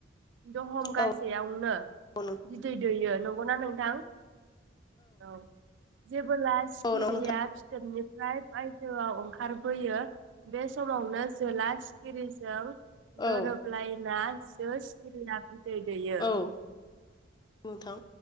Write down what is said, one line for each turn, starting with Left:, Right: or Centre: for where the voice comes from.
Right: दहम गासेयावनो
Left: औ औ
Right: बिदै दैयो नंगौना नोंथां औ। बोलास
Left: औ
Right: गिरिया
Left: नंगौ नोंथां
Right: फिथोबनिफ्राय बायजोआव ओंखा रबोयो बे समावनो जोला सिखिरिजों
Left: औ
Right: गोरोबलाइना सो सिखिरिया बिदै दैयो
Left: औ नोंथां